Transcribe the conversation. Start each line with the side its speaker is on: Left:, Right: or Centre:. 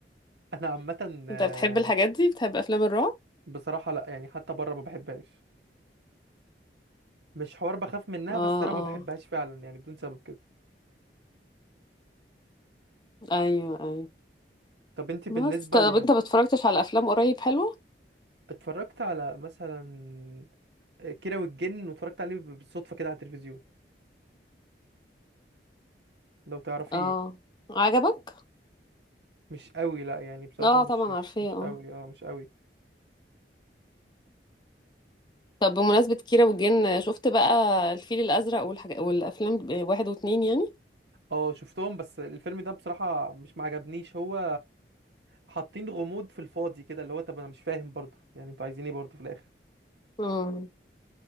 Right: انا عامه
Left: <laughs>
Right: آه،
Left: انت بتحب الحاجات دي بتحب افلام الرعب
Right: بصراحه لا يعني حتى بره ما بحبهاش مش حوار بخاف منها
Left: اه
Right: بس انا ما
Left: اه
Right: بحبهاش فعلا يعني بدون سبب كده
Left: ايوه ايوه
Right: طب انت بالنسبه
Left: بس طب
Right: ل
Left: انت ما اتفرجتش على افلام قريب حلوه
Right: اتفرجت على مثلا آه، كيرة والجن واتفرجت عليه بالصدفه كده على التلفزيون لو تعرفيه
Left: اه عجبك
Right: مش قوي لا يعني بصراحة
Left: اه
Right: مش
Left: طبعا
Right: مش
Left: عارفاه
Right: مش
Left: اه
Right: قوي اه مش قوي
Left: طب بمناسبه كيرة والجن شفت بقى الفيل الازرق والحاجات والافلام واحد واتنين
Right: اه شفتهم بس الفيلم ده بصراحة مش معجبنيش هو حاطين غموض في الفاضي كده اللي هو طب انا مش فاهم برضو يعني انتوا عايزين ايه برضو في الاخر
Left: يعني